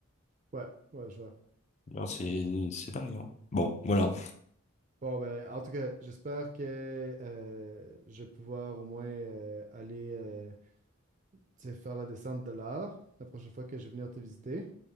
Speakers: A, on the right; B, on the left.
A: ouais, ouais, je vois.
B: Non, c'est c'est dingue. hein. Bon, voilà.
A: Bon, ben, en tout cas, j'espère que euh, je vais pouvoir au moins euh, aller euh, tu sais, faire la descente de l'art la prochaine fois que je vais venir te visiter.